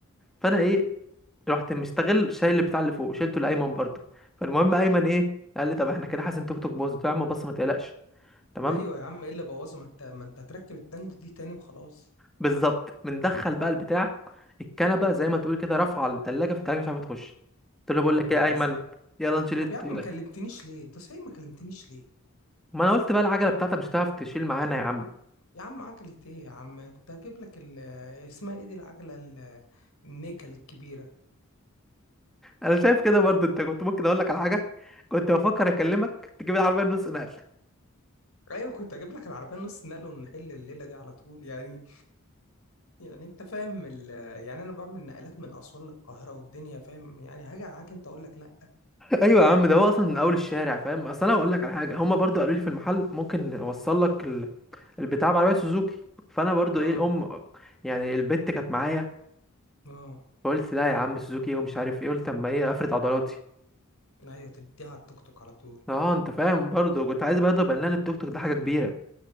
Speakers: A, in the centre; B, on the left.
A: فانا ايه رحت مستغل شايل بتاع اللي فوق شيلته لايمن برضه فالمهم ايمن ايه قال لي طب احنا كده حاسس ان توك توك باظ قلت له يا عم بص ما تقلقش تمام
B: ايوه يا عم ايه اللي بوظه ما انت ما انت هتركب التند دي تاني وخلاص
A: بالظبط بندخل بقى البتاع الكنبه زي ما تقول كده رافعه الثلاجه فالثلاجه مش عارفه تخش قلت له بقول
B: يا نهار
A: لك ايه يا ايمن
B: ازرق
A: يلا نشيل الت-
B: طب يا عم ما كلمتنيش ليه انت صحيح ما كلمتنيش ليه
A: ما انا قلت بقى العجله بتاعتك مش هتعرف تشيل معانا يا عم
B: يا عم عجلة ايه يا عم كنت هجيب لك ال- اسمها ايه دي العجلة ال- النيكل الكبيرة
A: انا شايف كده برضه انت كنت ممكن اقول لك على حاجه كنت بفكر اكلمك تجيب العربيه النص نقل
B: ايوه كنت هجيب لك العربية نص نقل ونحل الليلة دي على طول يعني يعني انت فاهم ال... يعني انا بعمل نقلات من اسوان للقاهره والدنيا فاهم يعني هاجي معاك انت اقول لك لا
A: ايوه يا عم ده هو اصلا من اول الشارع فاهم اصل انا اقول لك على حاجه هما برضو قالوا لي في المحل ممكن نوصل لك ال- البتاع بعربيه سوزوكي فانا برضو
B: اه
A: ايه الام يعني البت كانت معايا
B: اه
A: فقلت لا يا عم سوزوكي إيه ومش عارف ايه قلت اما ايه افرد عضلاتي
B: ايوه تديها على التوك توك على طول
A: اه انت فاهم برضو كنت عايز بقى اضرب اعلان التوك توك ده حاجه كبيره